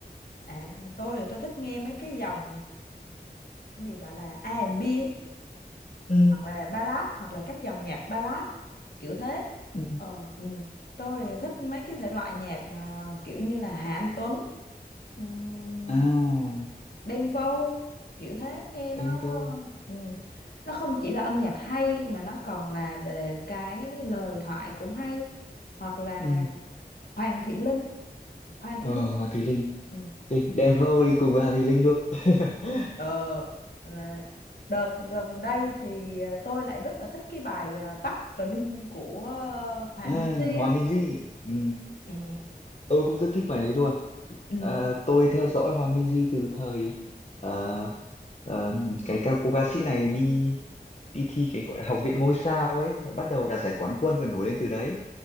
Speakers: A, on the left; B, on the left.
A: à tôi thì tôi thích nghe mấy cái dòng cái gì gọi là A R&B
B: ừ
A: hoặc là ballad hoặc là các dòng nhạc ballad kiểu thế
B: ừ
A: ờ ừ. tôi thích mấy cái thể loại nhạc à, kiểu như là Hà Anh Tuấn um,
B: à
A: Đen Vâu kiểu thế nghe
B: Denver
A: nó ừ. nó không chỉ là âm nhạc hay mà nó còn là về cái lời thoại cũng hay hoặc là
B: ừ
A: Hoàng Thị Linh Hoàng
B: ờ
A: Thị Linh
B: Hoàng Thùy Linh
A: ừ.
B: Tôi- Denver đi cùng với Hoàng Thùy Linh luôn <laughs>
A: Ờ, à, đợt gần đây thì à, tôi lại rất là thích cái bài à, Bắc Berlin của à, Hòa Minzy
B: à, Hòa
A: ấy.
B: Minzy ừ.
A: Ừ,
B: tôi cũng rất thích bài đấy luôn
A: ừ,
B: Ờ, tôi theo dõi Hòa Minzy từ thời ờ, ờ, cái ca cô ca sĩ này đi đi thi cái gọi là học viện ngôi sao ấy bắt đầu đạt giải quán quân và nổi lên từ đấy